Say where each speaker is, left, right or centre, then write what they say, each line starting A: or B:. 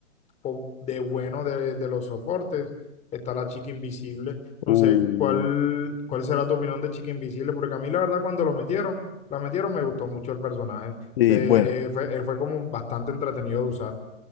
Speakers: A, on the left; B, on the left.
A: po- de bueno de, de los soportes. Está la chica invisible. No
B: Uh,
A: sé cuál, cuál será tu opinión de chica invisible, porque a mí la verdad cuando lo metieron, la metieron me gustó mucho el personaje.
B: Sí,
A: Se,
B: bueno,
A: eh, fue, eh, fue como bastante entretenido de usar.